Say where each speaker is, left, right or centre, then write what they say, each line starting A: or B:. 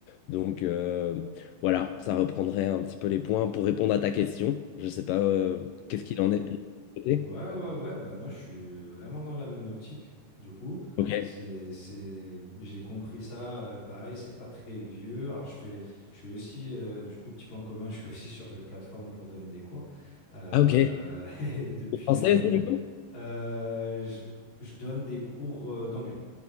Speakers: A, on the left; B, on the left.
A: Donc euh, voilà, ça reprendrait un petit peu les points pour répondre à ta question. Je sais pas euh,
B: Ouais,
A: qu'est-ce qu'il en est. de ton côté
B: ouais, ouais, ouais, bah moi je suis vraiment dans la même optique. Du coup,
A: Ok.
B: c'est, c'est, j'ai compris ça, euh, pareil, c'est pas très vieux. Alors je fais, je suis aussi, euh, du coup, petit point commun, <laughs> je suis aussi sur une plateforme pour donner des cours. Euh,
A: Ah ok.
B: <laughs> et depuis,
A: Vous Français
B: euh,
A: aussi du coup?
B: euh, je, je donne des cours euh, d'anglais.